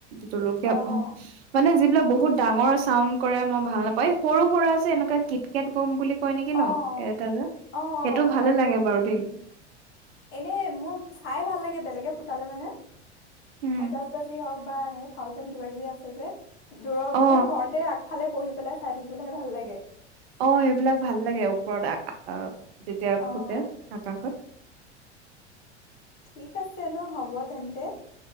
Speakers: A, on the right (about 60°); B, on the left (about 35°).
A: জলকীয়া
B: অ',
A: ভ মানে যিবিলাক বহুত ডাঙৰ চাউণ্ড কৰাই মই ভাল নাপায়। সৰু সুৰা যে এনেকুৱা কিত-কেট বম বুলি কয় নেকি
B: অ',
A: ন? এ-এটা যে,
B: অ', অ',
A: সেইটো ভালে
B: সৰু
A: লাগে বাৰু
B: উম,
A: দেই।
B: এনে মোৰ চাই ভাল লাগে বেলেগে ফুটালে মানে
A: উম
B: আতাছ বাজি হক <unintelligible> বা এনেকে থাউজেনড কিবা কিবি আছে যে? দূৰ
A: অ
B: মানে ঘৰতে আগফালে পঢহি পেলাই চাই পেলহে ভাল লাগে।
A: অ সেইবিলাক ভাল লাগে, ওপৰত আহ যেতিয়া
B: অ',
A: ফুটে, আকাশত।
B: ঠিক আছে ন, হ'ব তেন্তে?